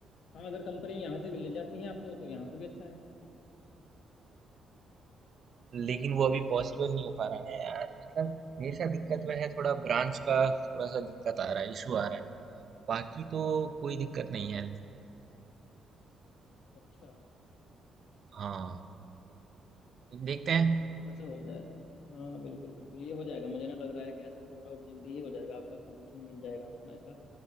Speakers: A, on the left; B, on the right.
A: हाँ अगर कंपनी यहाँ से मिल ले जाती है आपको तो यहाँ से भी अच्छा है
B: लेकिन वो अभी पॉसिबल नहीं हो पा रहा है ना यार मतलब मेरे साथ दिक्कत
A: हम्म
B: वह है थोड़ा ब्रांच का थोड़ा सा दिक्कत आ रहा है इशू आ रहा है बाकी तो कोई दिक्कत नहीं है
A: अच्छा
B: हाँ लेकिन देखते हैं
A: चलो वैसा हो जाए हाँ बिल्कुल बिल्कुल ये हो जाएगा मुझे ना लग रहा है कि ऐसा शॉर्ट आउट जल्दी ही हो जाएगा आपका सोल्यूशन मिल जाएगा आपको ना इसका